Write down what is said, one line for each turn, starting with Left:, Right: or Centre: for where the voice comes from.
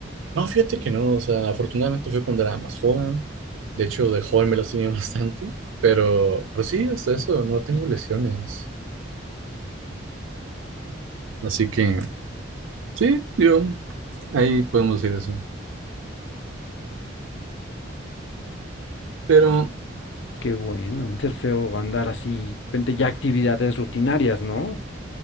Right: No, fíjate que no, o sea, afortunadamente fue cuando era más joven. De hecho, de joven me las tenía <laughs> bastante, pero, pero sí, hasta eso,
Left: Y-
Right: no
Left: y-
Right: tengo lesiones. Así que sí, yo, ahí podemos decir eso. Pero
Left: Qué bueno. Ser feo andar así, de repente ya actividades rutinarias, ¿no?